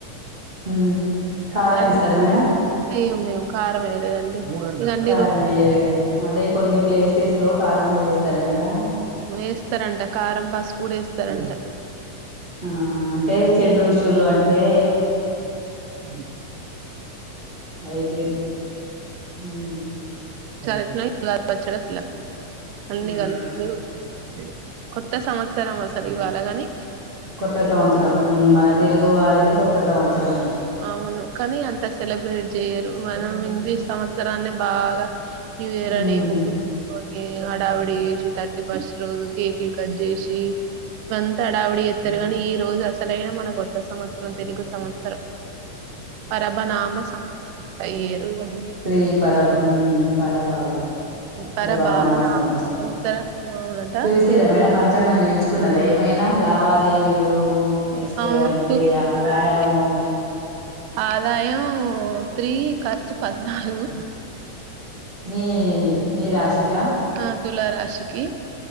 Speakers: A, on the right; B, on the right.
A: మ్మ్ కారం
B: అన్నీ
A: వేస్తారా మేడం
B: అయ్యో మేము కారం వేయలేదండి ఇక అన్ని
A: కారం
B: రుచి
A: వెయ్యారు కద అదే కొన్ని ప్లేసెస్ లో కారం కూడ వేస్తారంట
B: వేస్తారంట కారం పసుపు కూడ వేస్తారంట
A: ఆ అంటే చెడ్ ఋషులు అంటే
B: <inaudible>
A: అయితేరు ఉమ్
B: ఇట్లా పచ్చడట్ల అన్ని
A: ఉమ్
B: కలుపుకొని కొత్త సంవత్సరం అసలు ఇవాళగాని
A: కొత్త సంవత్సరం హ్మ్ మన తెలుగు వారిది కొత్త సంవత్సరము
B: అవును కానీ అంత సెలబ్రేట్ చెయ్యరు మనం ఇంగ్లీష్ సంవత్సరాన్ని బాగ న్యూ ఇయర్
A: ఉమ్
B: అని ముగ్గులు <inaudible> హడావిడి చేసి థర్టీ ఫస్ట్ రోజు కేకులు కట్ చేసి అంత హడవిడి చేత్తరు కానీ ఈ రోజు అసలైనా మన కొత్త సంవత్సరం తెలుగు సంవత్సరం పరభనామ సం <unintelligible>
A: స్త్రీ పర హ్మ్ పరభావ
B: పరభావ
A: ప్రభావనామ
B: నామ
A: సంవత్సరం
B: సంవత్సర అవునట
A: చూసిర మేడం పంచాంగం చూయించు కున్నర ఏమైన లావ దేవీలు నెక్స్ట్
B: అవును
A: అంటే వ్యాయామం ఒక
B: ఆదాయం త్రీ ఖర్చు పద్నాలుగు
A: మీ మీ రాశిక
B: ఆ తులారాశికి